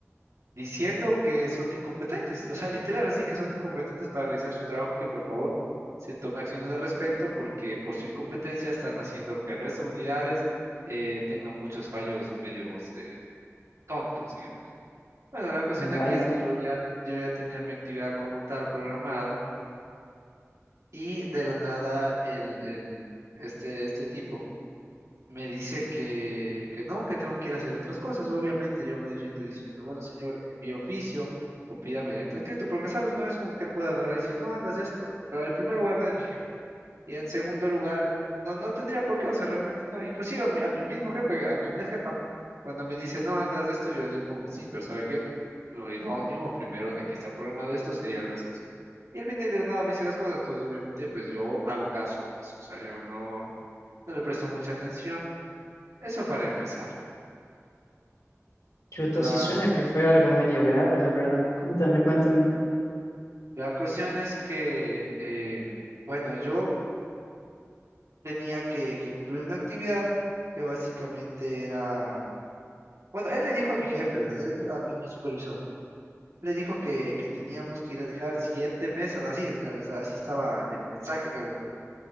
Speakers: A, on the right; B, on the left.
A: diciendo que son incompetentes, o sea, literal, así que son incompetentes para realizar su trabajo y que por favor se tome acciones al respecto porque por su incompetencia están haciendo que el resto de unidades eh, tengan muchos fallos medios eh, tontos, digamos. Bueno, la cuestión
B: Vaya,
A: aquí es que yo ya, yo ya tenía mi actividad como tal programada y de la nada el, el, este, este tipo. me dice que, que no, que tengo que ir a hacer otras cosas. Obviamente yo me defiendo diciendo, bueno, señor, envíe oficio o pida mediante escrito, porque, ¿sabes? No es como que él pueda agarrar y decir, no, andas esto. Pero en primer lugar, no es mi jefe. Y en segundo lugar, no, no tendría por qué, o sea, realmente no. Inclusive a mi, a mi mismo jefe, a mi misma jefa, cuando me dice, no, andas esto, yo le digo como, sí, pero ¿sabe qué? Lo idóneo, o primero de aquí está programado esto, sería lo esencial. Y él viene y de nada, me dice las cosas, entonces obviamente pues yo hago caso, pues, o sea, yo no, no le presto mucha atención. Eso para empezar.
B: chuta,
A: La,
B: sí suena que fue algo medio grave, la verdad. Cuéntame, cuéntame.
A: la cuestión es que, eh, bueno, yo tenía que, que cumplir una actividad que básicamente era, bueno, él le dijo a mi jefe, ¿verdad? Él le dijo a, a mi supervisor, le dijo que, que teníamos que ir a dejar siete mesas, así, literal, o sea, así estaba el mensaje que me dejó.